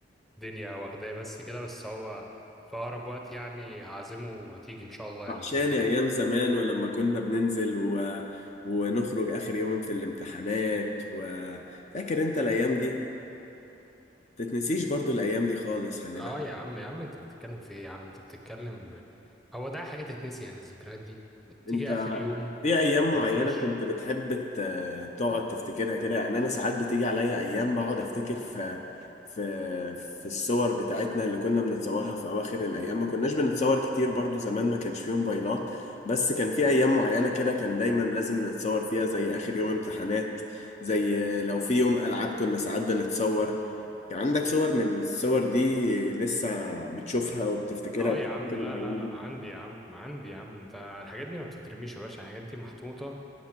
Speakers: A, in the centre; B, on the left.
A: الدنيا واخداه بس كده بس هو في اقرب وقت يعني هعزمه وهتيجي ان شاء الله يعني
B: وحشاني
A: كده كده
B: أيام زمان ولما كنا بننزل و... ونخرج آخر يوم في الامتحانات وفاكر أنت الأيام دي؟ تتنسيش برضو الأيام دي خالص خلي
A: اه
B: بالك
A: يا عم يا عم انت بتتكلم في ايه يا عم انت بتتكلم هو ده حاجه تتنسي يعني الذكريات دي تيجي
B: أنت
A: اخر يوم
B: في ايام معينه
A: ونخش
B: كنت بتحب ت- تقعد تفتكرها كده يعني انا ساعات بتيجي عليا ايام بقعد افتكر في في في الصور بتاعتنا اللي كنا بنتصورها في اواخر الايام ما كناش بنتصور كتير برضو زمان ما كانش فيه موبايلات بس كان في ايام معينه كده كان دايما لازم نتصور فيها زي اخر يوم امتحانات زي لو في يوم العاب كنا ساعات بنتصور يعني عندك صور من الصور دي لسه بتشوفها وبتفتكرها
A: اه
B: وبتفتكر
A: يا عم لا
B: الايام
A: لا لا
B: دي
A: عندي يا عم عندي يا عم انت الحاجات دي ما بتترميش يا باشا الحاجات دي محطوطه